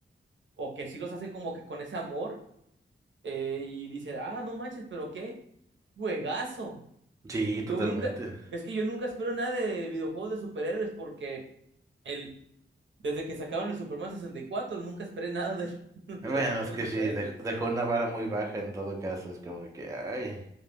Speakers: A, on the right; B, on the right.
A: o que sí los hacen como que con ese amor eh, y dices, ah, no manches, pero qué juegazo.
B: Sí,
A: Yo
B: totalmente.
A: nunca, es que yo nunca espero nada de videojuegos de superhéroes porque el, desde que sacaron el Superman 64 nunca esperé nada de <laughs>
B: Bueno,
A: los juegos
B: es que
A: de
B: sí,
A: superhéroes.
B: dej- dejó una vara muy baja en todo caso, es como que, ay.